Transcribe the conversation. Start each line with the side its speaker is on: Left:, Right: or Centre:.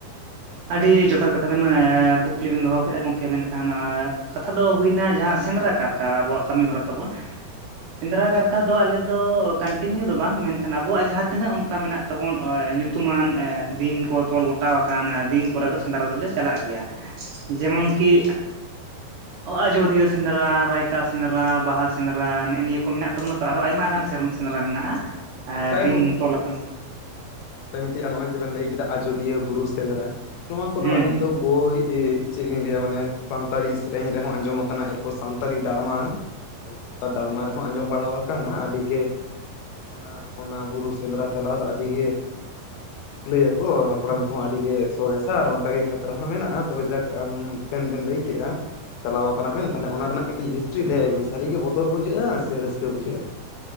Right: ᱟᱹᱰᱤ ᱡᱚᱛᱷᱟᱛ ᱠᱟᱛᱷᱟ ᱵᱮᱱ ᱮᱸᱻ ᱠᱩᱠᱞᱤ ᱵᱮᱱ ᱫᱚᱦᱚ ᱠᱮᱜ-ᱟ ᱜᱚᱝᱠᱮ ᱢᱮᱱᱠᱷᱟᱱ ᱟᱸᱻ ᱠᱟᱛᱷᱟ ᱫᱚ ᱦᱩᱭᱱᱟ ᱡᱟᱦᱟᱸ ᱥᱮᱸᱫᱽᱨᱟ ᱠᱟᱨᱠᱟ ᱟᱵᱚᱣᱟᱜ ᱠᱟᱹᱢᱤ ᱦᱚᱨᱟ ᱛᱟᱵᱚᱱ, ᱥᱮᱸᱫᱽᱨᱟ ᱠᱟᱨ ᱠᱟ ᱫᱚ ᱟᱞᱮ ᱫᱚ ᱠᱚᱱᱴᱤᱱᱤᱭᱩ ᱫᱚ ᱵᱟᱝ ᱢᱮᱱᱠᱷᱟᱱ ᱟᱵᱚᱣᱟᱜ ᱡᱟᱦᱟᱸ ᱛᱤᱱᱟᱹᱜ ᱚᱱᱠᱟ ᱢᱮᱱᱟᱜ ᱛᱟᱵᱚᱱ ᱟ ᱧᱩ ᱛᱩᱢᱟᱱ ᱮᱸᱜ ᱫᱤᱱ ᱠᱚ ᱛᱚᱞ ᱜᱚᱴᱟᱣᱟᱠᱟᱱ ᱟᱨ ᱫᱤᱱ ᱠᱚᱨᱮᱫᱴ ᱫᱚ ᱥᱮᱸᱫᱽᱨᱟ ᱫᱚᱞᱮ ᱪᱟᱞᱟᱜ ᱜᱮᱭᱟ᱾ ᱡᱮᱢᱚᱱ ᱠᱤ ᱟᱡᱳᱫᱤᱭᱟᱹ ᱥᱮᱸᱫᱽᱨᱟ, ᱨᱟᱭᱠᱟ ᱥᱮᱸᱫᱽᱨᱟ, ᱵᱟᱦᱟ ᱥᱮᱸᱫᱽᱨᱟ ᱱᱮᱜ-ᱮ ᱱᱤᱭᱟᱹ ᱠᱚ ᱢᱮᱱᱟᱜ ᱛᱟᱵᱚᱱᱟ ᱛᱚ, ᱟᱨᱚ ᱟᱭᱢᱟ ᱜᱟᱱ ᱥᱮ ᱥᱮᱸᱫᱽᱨᱟ ᱢᱮᱱᱟᱜ-ᱟ ᱟᱻ
Left: ᱟᱪᱪᱷᱟ
Right: ᱫᱤᱱ ᱛᱚᱞᱟᱠᱟᱱ
Left: ᱡᱮ ᱱᱚᱜ-ᱚᱭ ᱡᱚᱫᱤ ᱵᱮᱱ ᱞᱟᱹᱭ ᱠᱮᱫᱟ ᱟᱡᱚᱫᱤᱭᱟᱹ ᱵᱩᱨᱩ ᱥᱮᱸᱫᱽᱨᱟ, ᱱᱚᱣᱟ ᱠᱚᱫᱚ
Right: ᱦᱩᱸ
Left: ᱟᱹᱞᱤᱧ
Right: ᱦᱩᱸ
Left: ᱫᱚ ᱵᱳᱭ ᱮᱻ ᱪᱮᱫ ᱞᱤᱧ ᱞᱟᱹᱭᱟ ᱢᱟᱱᱮ ᱥᱟᱱᱛᱟᱲᱤ ᱥᱮᱨᱮᱧ ᱨᱮᱦᱚᱸ ᱟᱸᱡᱚᱢ ᱟᱠᱟᱱᱟ ᱮᱨᱯᱚᱨ ᱥᱟᱱᱛᱟᱲᱤ ᱰᱟᱨᱢᱟ ᱟᱵᱚ ᱥᱟᱱᱛᱟᱲ ᱰᱟᱨᱢᱟ ᱨᱮᱦᱚᱸ ᱟᱸᱡᱚᱢ ᱵᱟᱲᱟᱣᱟᱠᱟᱱᱟ ᱟᱹᱰᱤ ᱜᱮ ᱚᱱᱟ ᱚᱱᱟ ᱵᱩᱨᱩ ᱥᱮᱸᱫᱽᱨᱟ ᱪᱟᱞᱟᱣ ᱫᱚ ᱟᱹᱰᱤ ᱜᱮ ᱞᱟᱹᱭᱟᱠᱚ ᱦᱟᱯᱲᱟᱢ ᱠᱚᱦᱚᱸ ᱟᱹᱰᱤ ᱜᱮ ᱥᱚᱨᱮᱥᱟ ᱟᱨ ᱚᱱᱠᱟᱜᱮ ᱠᱷᱟᱛᱨᱟ ᱦᱚᱸ ᱢᱮᱱᱟᱜᱼᱟ ᱛᱚᱵᱮ ᱡᱟᱠ ᱟᱢ ᱟᱵᱮᱱ ᱵᱮᱱ ᱞᱟᱹᱭ ᱠᱮᱜ-ᱟ ᱪᱟᱞᱟᱣ ᱠᱟᱱᱟ ᱵᱮᱱ, ᱛᱟᱦᱞᱮ ᱚᱱᱟ ᱨᱮᱱᱟᱜ ᱠᱟᱹᱴᱤᱡ ᱦᱤᱥᱴᱨᱤ ᱞᱟᱹᱭᱟᱭ ᱵᱤᱱ ᱥᱟᱹᱨᱜᱮ ᱵᱚᱛᱚᱨ ᱵᱩᱡᱷᱟᱹᱜ-ᱟ ᱥᱮ ᱨᱟᱹᱥᱠᱟᱹ ᱵᱩᱡᱷᱟᱹᱜ-ᱟ?